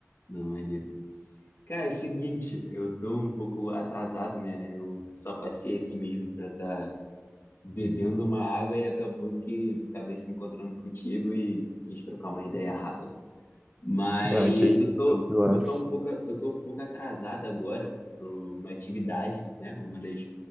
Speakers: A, on the left (about 50°); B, on the right (about 15°).
A: Não, maneiro. Cara, é o seguinte, eu tô um pouco atrasado, né? Eu só passei aqui mesmo pra estar tá bebendo uma água e acabou que acabei se encontrando contigo e quis trocar uma ideia rápida. Mas
B: Ah, que aí,
A: eu tô,
B: tranquilaço.
A: eu tô um pouco, eu tô um pouco atrasado agora para uma atividade, né? Uma das,